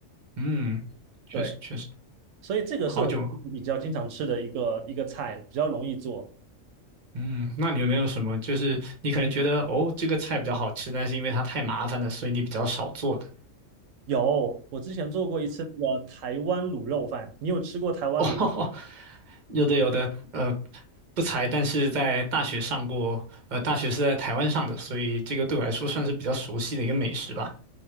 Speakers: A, on the right; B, on the right.
A: 嗯，确实确实，
B: 对，所以这个是我比较经常吃的一个一个菜，
A: 好久。
B: 比较容易做。
A: 嗯，那你有没有什么，就是你可能觉得哦，这个菜比较好吃，但是因为它太麻烦了，所以你比较少做的？
B: 有，我之前做过一次那个台湾卤肉饭，你有吃过台湾卤？
A: <laughs> 哦，有的有的，呃，不才，但是在大学上过，呃，大学是在台湾上的，所以这个对我来说算是比较熟悉的一个美食吧。